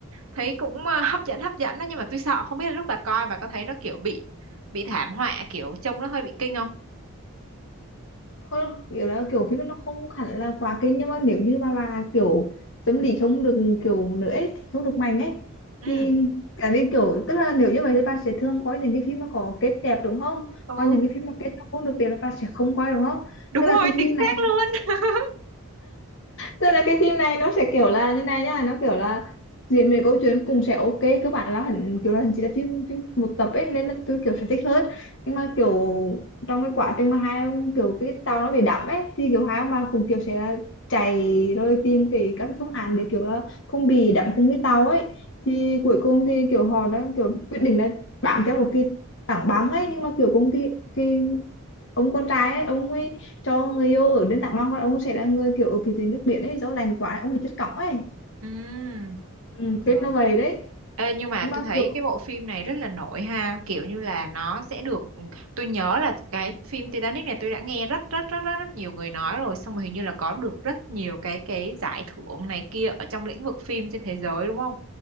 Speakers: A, on the right; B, on the left.
A: thấy cũng ờ, hấp dẫn hấp dẫn đó nhưng mà tôi sợ không biết là lúc bà coi bà có thấy nó kiểu bị bị thảm họa kiểu trông nó hơi bị kinh không
B: không kiểu là kiểu phim nó không hẳn là quá kinh nhưng mà nếu như mà bà kiểu tâm lý không được kiểu nữa ấy, không được mạnh ấy
A: ừ
B: thì tại vì kiểu tức là nếu như vậy thì bà sẽ thường coi những cái phim mà có kết đẹp đúng không
A: ừ
B: còn những cái phim mà kết nó không được đẹp là bà sẽ không coi đúng không
A: đúng
B: tức
A: rồi
B: là cái
A: chính
B: phim này
A: xác luôn <laughs>
B: tức là cái phim này nó sẽ kiểu là như này nhá nó kiểu là diễn biến câu chuyện cũng sẽ ok các bạn là hẳn kiểu là chỉ là phim phim một tập ấy nên là tôi kiểu sẽ thích hơn nhưng mà kiểu trong cái quá trình mà hai ông kiểu cái tàu nó bị đắm ấy thì kiểu hai ông bà cũng kiểu sẽ là chạy rồi tìm cái các cái phương án để kiểu là không bị đắm cùng cái tàu ấy thì cuối cùng thì kiểu họ đã kiểu quyết định là bám theo một cái tảng băng ấy nhưng mà kiểu cũng cái cái ông con trai ấy ông ấy cho người yêu ở bên Tạng Long và ông sẽ là người kiểu ở phía dưới nước biển ấy do lành quá ông bị chất cỏng ấy
A: Ừ.
B: ừ,
A: rồi
B: kết nó vậy đấy
A: Ê, nhưng mà
B: nhưng
A: tôi
B: mà
A: thấy
B: kiểu
A: cái bộ phim này rất là nổi ha, kiểu như là nó sẽ được ừ, tôi nhớ là cái phim Titanic này tôi đã nghe rất rất rất rất rất nhiều người nói rồi, xong rồi hình như là có được rất nhiều cái cái giải thưởng này kia ở trong lĩnh vực phim trên thế giới đúng không?